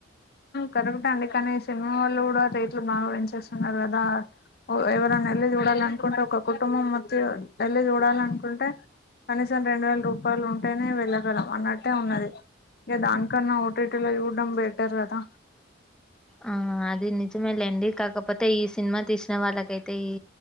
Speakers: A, on the left; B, in the centre.
A: కరెకక్టే అండి కానీ సినిమా వాళ్ళు కూడా రేట్లు బాగా పెంచేస్తున్నారు కదా ఎవరైనా ఎళ్లి చూడాలి అనుకుంటే ఒక కుటుంబం మొత్తం ఎళ్లి చూడాలి అనుకుంటే కనీసం రెండు వేల రూపాయలు ఉంటేనే వెళ్ళగలం అన్నట్టే ఉన్నది ఇంకా దానికన్నా ఓటటిలో చూడ్డం బెటర్ కదా
B: ఆ అది నిజమే లేండి కాకపోతే ఈ సినిమా తీసిన వాళ్ళకైతే ఈ